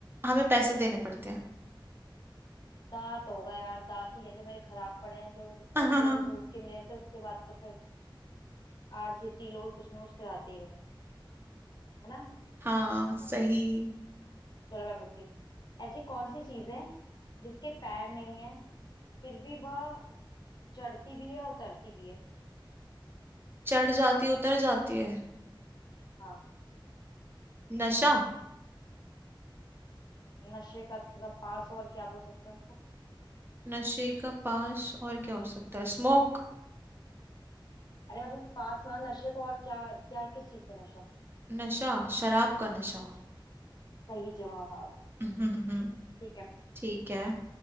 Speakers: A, on the right; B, on the left.
A: हमें पैसे देने पड़ते हैं
B: दांत होगा यार दांत ही है जो मेरे खराब पड़े हैं जो
A: <laughs>
B: बचपन से दूध के मिले थे उसके बाद तो फिर आरसीटी लोग कुछ ना कुछ कराते ही रहो है ना
A: हाँ सही
B: चलो मैं पूछती हूँ ऐसी कौन सी चीज है जिसके पैर नहीं है फिर भी वह चढ़ती भी है और उतरती भी है
A: चढ़ जाती है उतर जाती है
B: हाँ
A: नशा
B: नशे का थोड़ा पास और क्या बोल सकते हैं उसको
A: नशे का पास और क्या हो सकता है स्मोक
B: अरे मतलब पास में और नशे को और क्या क्या किस चीज का नशा
A: नशा शराब का नशा
B: सही जवाब
A: <laughs>
B: ठीक है
A: ठीक है